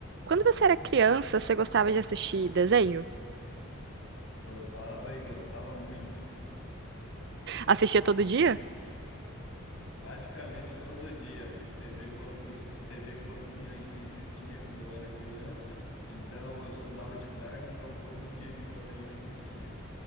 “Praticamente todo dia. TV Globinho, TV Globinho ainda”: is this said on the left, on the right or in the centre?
Left